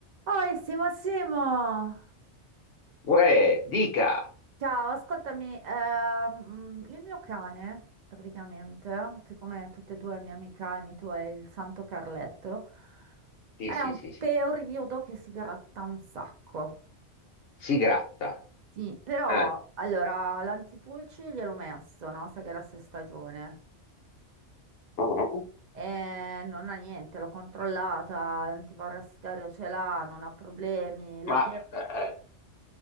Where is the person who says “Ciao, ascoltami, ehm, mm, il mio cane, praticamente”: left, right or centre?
Right